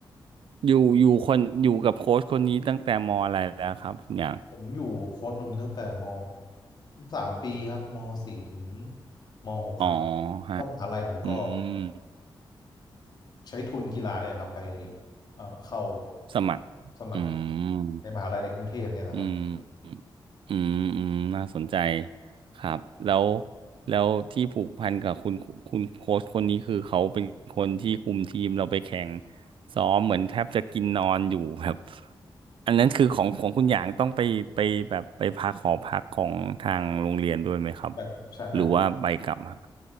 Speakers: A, on the right (about 85°); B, on the left (about 55°).
A: อยู่อยู่คนอยู่กับโค้ชคนนี้ตั้งแต่มอะไรแล้วครับคุณหยาง
B: ผมอยู่โค้ชนนท์ตั้งแต่มสามปีครับมสี่ถึงมหกครับ
A: อ๋อฮะ
B: ก็มหาลัยผมก็
A: อืม
B: ใช้ทุนกีฬาเนี่ยครับไปเอ่อเข้า
A: สมัครอื
B: สมัคร
A: ม
B: ในมหาลัยในกรุงเทพเนี่ยนะครับ
A: อืมอืมอืมน่าสนใจครับ แล้วแล้วที่ผูกพันกับคุณคุณโค้ชคนนี้คือเขาเป็นคนที่คุมทีมเราไปแข่งซ้อมเหมือนแทบจะกินนอนอยู่แบบ <laughs> อันนั้นคือของของคุณหยางต้องไปไปแบบไปพักหอพักของทางโรงเรียนด้วยไหมครับ
B: ใช่ครับใช่ครับ
A: หรือว่าไปกลับฮะ